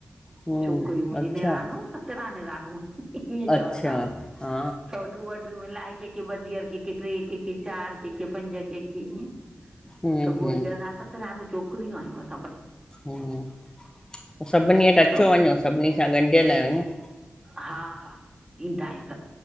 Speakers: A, on the left; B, on the right.
A: हम्म,
B: छोकरियूं मुंहिंजी
A: अच्छा,
B: निरानूं सत्तरा निरानूं ईअं
A: अच्छा
B: चवंदा
A: हा
B: सौटूं वटरियूं मिल कंहिंखे ॿधियर, कहिंखे ट्रे, कंहिंखे चार, कहिंखे पंज, कंहिंखे इएं।
A: हम्म,
B: त पोइ
A: हम्म,
B: चवंदा सत्ररह छोकरियूं आयूं मस्त
A: ह त सभिनी वटि अचो
B: ऐं
A: वञो सभिनी सां ॻंढिय लाइयो ईअं।
B: हा -हा ईंदा आहिनि सब।